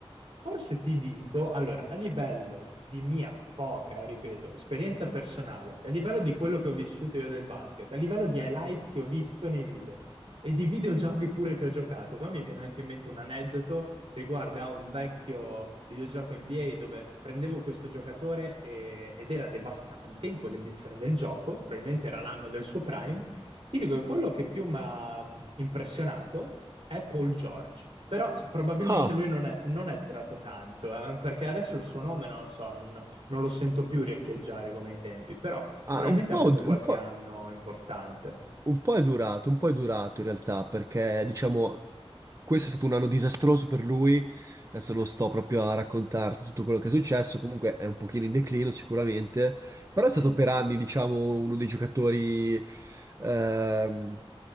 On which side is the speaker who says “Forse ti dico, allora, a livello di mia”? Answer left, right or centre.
Right